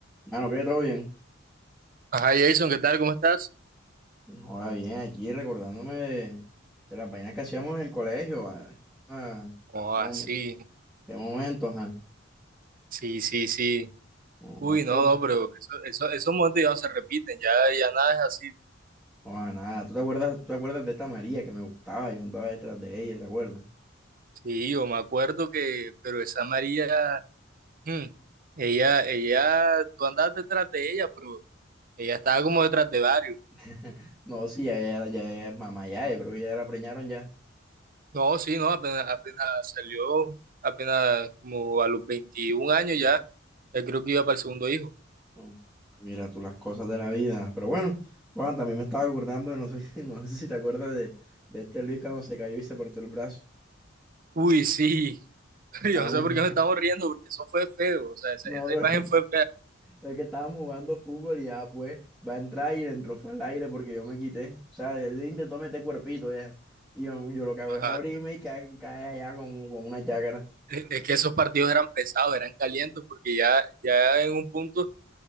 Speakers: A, in the centre; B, on the right.
A: Mano, que todo bien.
B: Ajá, Jason, ¿qué tal? ¿Cómo estás?
A: Joda, bien, aquí recordándome de, de las vainas que hacíamos en el colegio. vale. Ah,
B: Oh,
A: ¿cómo-
B: así,
A: qué momentos, ah?
B: sí, sí, sí. sí.
A: Joda,
B: Uy,
A: te-
B: no,
A: acu-
B: no, pero eso, eso- esos momentos ya no se repiten, ya, ya nada es así.
A: joda, nada. ¿Tú te acuerdas, tú te acuerdas de esta María que me gustaba? Yo andaba detrás de ella, ¿te acuerdas?
B: Sí, yo me acuerdo que, pero esa María, mm, ella, ella, tú andabas detrás de ella, pero ella estaba como detrás de varios.
A: <laughs> No, sí, ya, ya, ya, ya es mamá, ya. Yo creo que ya la preñaron ya.
B: No, sí, no, apenas, apenas salió, apenas como a los 21 años ya, ya creo que iba para el segundo hijo.
A: No, mira tú las cosas de la vida. Pero bueno, Juan, también me estaba acordando de, no sé, <laughs> no sé si te acuerdas de, de este Luis cuando se cayó y se partió el brazo.
B: Uy, sí, <laughs> pero
A: Estábamos.
B: yo no sé por qué me
A: <laughs>
B: estamos riendo, porque eso fue feo, o sea, esa,
A: No,
B: esa
A: pero.
B: imagen fue
A: Es que estábamos jugando fútbol y ya, pues, va a entrar y le entró fue al aire porque yo me quité. O sea, él intentó meter cuerpito ya. Y yo, yo lo que hago es
B: fea.
A: abrirme y cae, cae allá con, con una chácara.
B: Es es que esos partidos eran pesados, eran calientes, porque ya, ya en un punto,